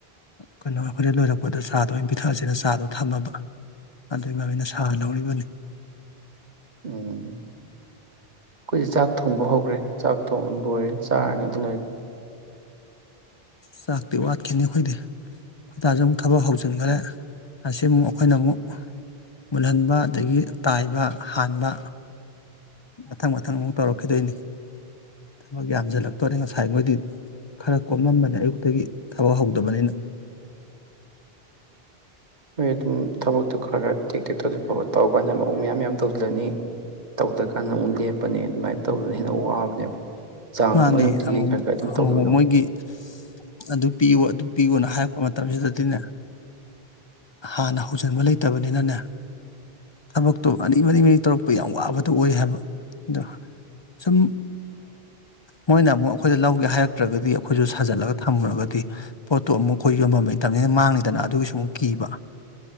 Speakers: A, on the left; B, on the right.
A: ꯀꯩꯅꯣ ꯍꯣꯔꯦꯟ ꯂꯣꯏꯔꯛꯄꯗ ꯆꯥꯗꯣ ꯑꯣꯏꯅ ꯄꯤꯊꯛꯑꯁꯦꯅ ꯆꯥꯗꯣ ꯊꯝꯃꯕ ꯑꯗꯨꯏ ꯃꯃꯤꯅ ꯁꯥ ꯊꯥ ꯅꯧꯔꯤꯕꯅꯤ
B: ꯎꯝ ꯈꯣꯏꯗꯤ ꯆꯥꯛ ꯊꯣꯡꯕ ꯍꯧꯒꯔ꯭ꯦ ꯆꯥꯛ ꯊꯣꯡ ꯂꯣꯏꯔꯦ ꯆꯥꯔꯅꯦ <unintelligible>
A: ꯆꯥꯛꯇꯤ ꯋꯥꯠꯈꯤꯅꯤ ꯑꯈꯣꯏꯗꯤ ꯈꯨꯣꯏꯗꯥꯖꯨ ꯑꯃꯨꯛ ꯊꯕꯛ ꯍꯧꯖꯟꯒꯔꯦ ꯑꯁꯤ ꯑꯃꯨꯛ ꯑꯈꯣꯏꯅ ꯑꯃꯨꯛ ꯃꯨꯜꯍꯟꯕ ꯑꯗꯒꯤ ꯇꯥꯏꯕ ꯍꯥꯟꯕ ꯃꯊꯪ ꯃꯊꯪ ꯑꯃꯨꯛ ꯇꯧꯔꯛꯈꯤꯗꯣꯏꯅꯤ ꯊꯕꯛ ꯌꯥꯝꯖꯤꯜꯂꯛꯇꯣꯔꯦ ꯉꯁꯥꯏ ꯃꯣꯏꯗꯤ ꯈꯔ ꯀꯣꯝꯂꯝꯕꯅꯤ ꯑꯌꯨꯛꯇꯒꯤ ꯊꯕꯛ ꯍꯧꯗꯕꯅꯤꯅ
B: ꯍꯣꯏ ꯑꯗꯨ ꯊꯕꯛꯇꯨ ꯈꯒ ꯇꯦꯛ ꯇꯦꯛ ꯇꯧꯗꯤ ꯐꯕꯥ ꯇꯧ <unintelligible> ꯑꯃꯨꯛ ꯃꯌꯥꯝ ꯌꯥꯝ ꯇꯧꯖꯤꯜꯂꯅꯤ ꯇꯧꯗ꯭ꯔꯀꯥꯟꯗ ꯑꯃꯨꯛ ꯂꯦꯞꯄꯅꯤ ꯑꯗꯨꯃꯥꯏꯅ ꯇꯧꯕꯗꯨꯅ ꯍꯦꯟꯅ ꯋꯥꯕꯅꯦꯕ ꯆꯥꯡ
A: ꯃꯥꯅꯦ
B: ꯑꯃ ꯅꯨꯡꯇꯤꯒꯤ
A: ꯑꯃꯨꯃꯨꯛ
B: ꯈꯔ ꯈꯔ ꯑꯗꯨꯝ
A: ꯑꯃꯨꯃꯨꯛ
B: ꯇꯧꯈꯤꯕꯗꯣ
A: ꯃꯣꯏꯒꯤ ꯑꯗꯨ ꯄꯤꯌꯨ ꯑꯗꯨ ꯄꯤꯌꯨꯅ ꯍꯥꯏꯔꯛꯄ ꯃꯇꯝ ꯇꯝꯖꯤꯗꯗꯤꯅꯦ ꯍꯥꯟꯅ ꯍꯧꯖꯤꯟꯕ ꯂꯩꯇꯕꯅꯤꯅꯅꯦ ꯊꯕꯛꯇꯣ ꯃꯔꯤ ꯃꯔꯤ ꯃꯔꯤ ꯇꯧꯔꯛꯄ ꯌꯥꯝ ꯋꯥꯕꯗꯣ ꯑꯣꯏ ꯍꯥꯏꯕ ꯑꯗꯣ ꯁꯨꯝ ꯃꯣꯏꯅ ꯑꯃꯨꯛ ꯑꯈꯣꯏꯗ ꯂꯧꯒꯦ ꯍꯥꯏꯔꯛꯇ꯭ꯔꯒꯗꯤ ꯑꯈꯣꯏꯖꯨ ꯁꯥꯖꯜꯂꯒ ꯊꯝꯃꯨꯔꯒꯗꯤ ꯄꯣꯠꯇꯣ ꯑꯃꯨꯛ ꯑꯈꯣꯏ ꯌꯣꯟꯕꯝ ꯂꯩꯇꯝꯅꯤꯅ ꯃꯥꯡꯅꯤꯗꯅ ꯑꯗꯨꯒꯤꯁꯨ ꯑꯃꯨꯛ ꯀꯤꯕ